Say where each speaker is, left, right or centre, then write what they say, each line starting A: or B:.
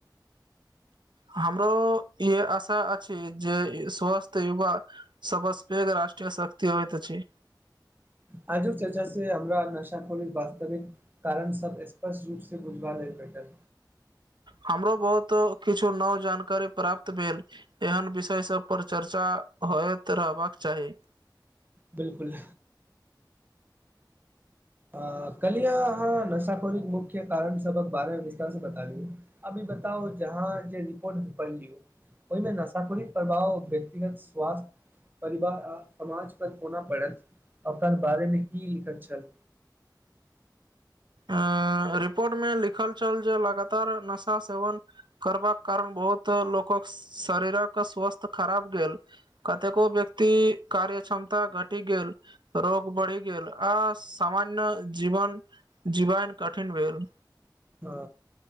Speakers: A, on the right (about 75°); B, on the right (about 25°).
A: हमरो ई आशा अछि जे स्वस्थ युवा सबस पेघ राष्ट्रीय शक्ति होइत अछि
B: आजुक चर्चा से हमरा नशाखोरी वास्तविक कारण सब स्पष्ट रूपसँ बुझबा लेल भेटल
A: हमरो बहुत किछु नव जानकारी प्राप्त भेल। एहन विषय सब पर चर्चा होयत रहबाक चाही।
B: बिलकुल अ कलिया अहाँ नशाफनिक मुख्य कारण सबक बारे मे विस्तार से बताली। अभी बताउ जहाँ जे रिपोर्ट पढ़लीहो। ओहि मे नशााकुरिक प्रभाव व्यक्तिगत स्वास्थ्य परिवार आ समाज पर कोना पढ़त ओकर बारे मे की लिखत छल?
A: अ रिपोर्ट मे लिखल छल जे लगातार नशा सेवन करबाक कारण बहुत लोकक शारीरक स्वस्थ खराब भेल कतेको व्यक्ति कार्य क्षमता घटि गेल रोग बढ़ि गेल आ सामान्य जीवन जीवन कठिन भेल।
B: ह